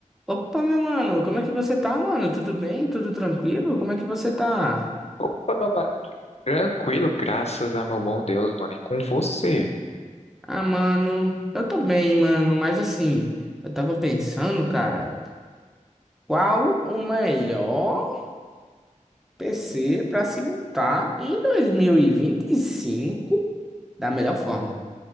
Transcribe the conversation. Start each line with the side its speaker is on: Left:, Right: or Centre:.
Centre: Opa, meu mano, como é que você tá, mano? Tudo bem? Tudo tranquilo? Como é que você tá?
Left: Opa, meu mano, tudo tranquilo, graças a meu bom Deus, mano, e com você.
Centre: Ah, mano, eu tô bem, mano, mas assim, eu tava pensando, cara, qual o melhor PC pra se montar em 2025 da melhor forma?